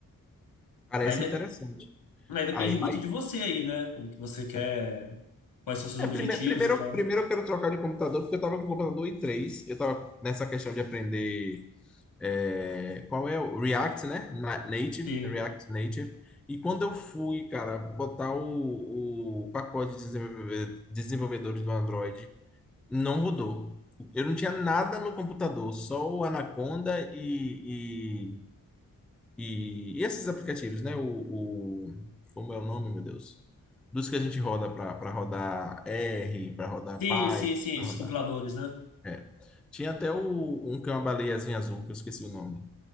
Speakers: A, in the centre; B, on the left (about 75°).
A: parece
B: Aí, de-
A: interessante.
B: aí depende
A: Aí,
B: muito
A: aí,
B: de você aí, né, como que você quer, quais são seus
A: é,
B: objetivos
A: primeiro, primeiro,
B: e tal.
A: primeiro eu quero trocar de computador, porque eu estava com o computador i três Eu estava nessa questão de aprender É, qual é o React, né? Na- Native,
B: Sim,
A: React Native. E quando eu fui, cara, botar o, o pacote de desenvolve- desenvolvedores do Android, não rodou. Eu não tinha nada no computador, só o Anaconda e, e, e e esses aplicativos, né? O, o- como é o nome, meu Deus? Dos que a gente roda para rodar R, para rodar
B: sim,
A: Python,
B: sim, sim,
A: para
B: esses
A: rodar.
B: compiladores, né?
A: é. Tinha até o, um que é uma baleiazinha azul, que eu esqueci o nome